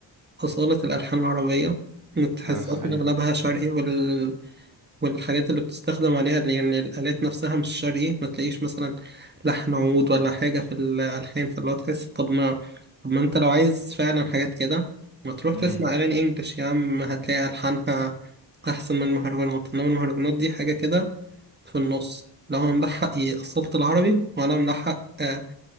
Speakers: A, on the right (about 25°); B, on the right (about 45°).
A: بأصالة الألحان العربية تحس
B: آه صحيح
A: أصلا أغلبها شرقي وال... والحاجات اللي بتستخدم عليها دي يعني الآلات نفسها مش شرقي ما تلاقيش مثلا لحن عود ولا حاجة في الألحان فاللي هو تحس طب ما طب ما أنت لو عايز فعلا حاجات كده ما تروح
B: مم.
A: تسمع أغاني إنجلش يا عم هتلاقي ألحانها أحسن من المهرجانات إنما المهرجانات دي حاجة كده في النص لا هو ملحق يأصلت العربي ولا ملحق آه،